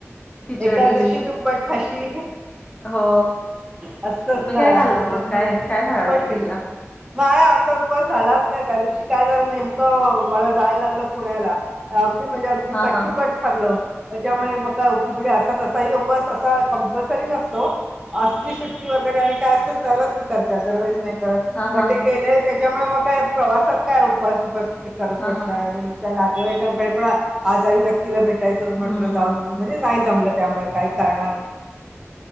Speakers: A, on the left; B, on the right.
A: खिचडी
B: एकादशी दुप्पट खाशी
A: हो
B: असतंच
A: तुम्ही काय
B: ना. हा
A: खाल्लं मग काय काय फराळाच
B: दुप्पट
A: केलं
B: का नाहीय आमचा उपवास झालाच नाही त्या दिवशी काय झालं नेमकं मला जायला लागलं पुण्याला. अगदी म्हणजे अगदी
A: हा
B: कट्टुकट
A: हा
B: ठरलं त्याच्यामुळे म म्हणजे
A: हा
B: असा तसाही उपवास असतो. या कप्लसरी नसतो असली सुट्टी वगैरे आणि काय असलं तरच मी करते अदरवाईज नाही. त
A: हा
B: पण
A: हा
B: ते गेले त्यांच्यामुळे मग काय प्रवासात काय उपस विपास कुठे करत
A: हा
B: बसनार
A: हा
B: आम्ही. त्या नातेवाईकांकडे पण आजारी व्यक्तीला भेटायचं म्हटलं
A: हम्म
B: जाऊ म्हणजे, नाही जमलं त्यामुळे काही कारणाने,